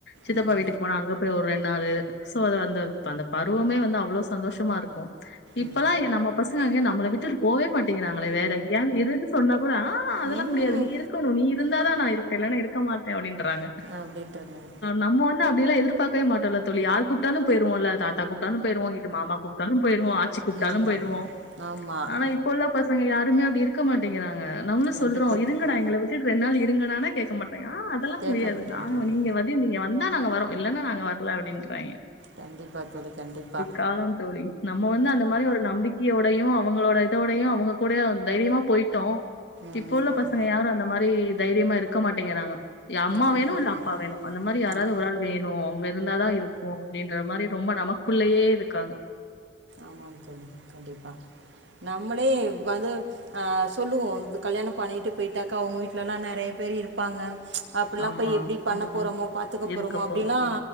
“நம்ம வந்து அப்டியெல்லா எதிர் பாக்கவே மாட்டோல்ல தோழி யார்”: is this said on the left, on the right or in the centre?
Left